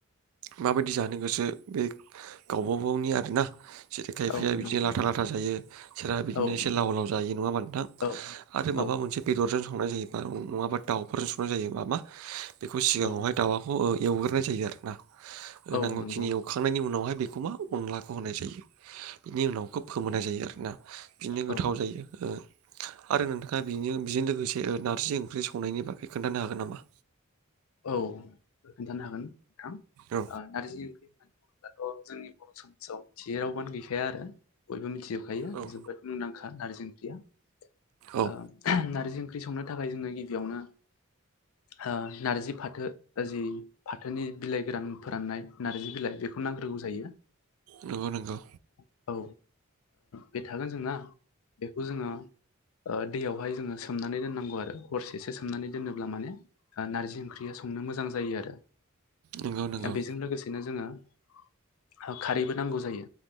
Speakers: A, on the right; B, on the left.
A: माबायदि जानो गोसो बे गावबागावनि आरोना। जेरै खायफाया
B: औ
A: बिदिनो
B: नंगौ
A: लाथा
B: नोंथां
A: लाथा जायो सोरहा बिदिनो
B: औ नंगौ
A: एसे लाव लाव जायो नङा मानोथां
B: औ
A: आरो माबा
B: औ
A: माब मोनसे बेदर जों संनाय जायो नङाबा दाउफोरजों संनाय जायो नङाबा बेखौ सिगाङावहाय
B: औ
A: दाउवाखौ एवगोरनाय जायो आरोना
B: औ
A: नांगौखिनि
B: नंगौ औ
A: एवखांनायनि उनावहाय बेखौ मा अनलाखौ होनाय जायो। बिनि उनाव खोब फोमोनाय जायो आरोना बिनो
B: औ
A: गोथाव जायो ओ आरो नोंथाङा बिनि बेजों लोगोसे नारजि ओंख्रि संनायनि बागै खोन्थानो हागोन नामा?
B: औ खोन्थानो हागोन नोंथां
A: औ
B: ओ नारजि ओंख्रि होननानै बुङोब्ला जोंनि बर' समाजाव थियै रावबानो गैखाया आरो बयबो मिथिजोबखायो
A: औ
B: जोबोद मुंदांखा नारजि ओंख्रि मा
A: औ
B: ओ नार नारजि ओंख्रि संनो थाखाय जोङो गिबियावनो हो नार्जि फाथो जि फाथोनि बिलाइ गोरान फोराननाय नार्जि बिलाइ बेखौ नांग्रोगौ जायो।
A: नंगौ नंगौ।
B: औ ओ बे थागोन जोंना बेखौ जोङो ओ दैयावहाय जोङो सोमनानै दोननांगौ आरो हरसेसो सोमनानै दोनोब्ला माने ओ नारजि ओंख्रिया संनो मोजां जायो आरो
A: नंगौ नंगौ
B: बेजों लोगोसे बिनो जोङो खारैबो नांगौ जायो